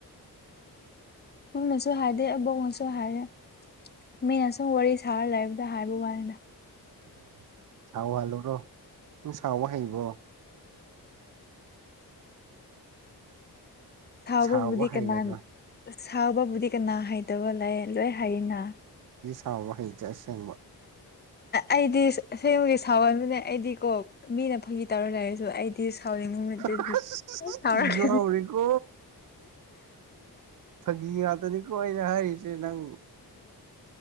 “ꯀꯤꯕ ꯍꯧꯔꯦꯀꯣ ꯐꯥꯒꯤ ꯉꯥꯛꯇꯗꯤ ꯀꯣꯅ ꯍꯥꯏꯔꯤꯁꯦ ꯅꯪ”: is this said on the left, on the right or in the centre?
Right